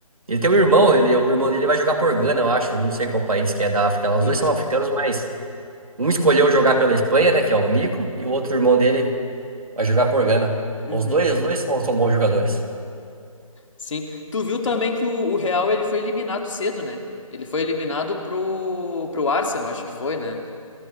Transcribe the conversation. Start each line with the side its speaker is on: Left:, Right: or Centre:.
Right: Ele tem um irmão, ele, o irmão dele vai jogar por Gana, eu acho, não sei qual país que é da África lá.
Left: Uhum,
Right: Os dois são africanos, mas um escolheu jogar pela Espanha, né, que é o Nico, e o outro irmão dele vai jogar por Gana.
Left: uhum.
Right: Os dois, os dois são, são bons jogadores.
Left: Sim. Tu viu também que o, o Real ele foi eliminado cedo, né? Ele foi eliminado pro, pro Arsenal, acho que foi, né?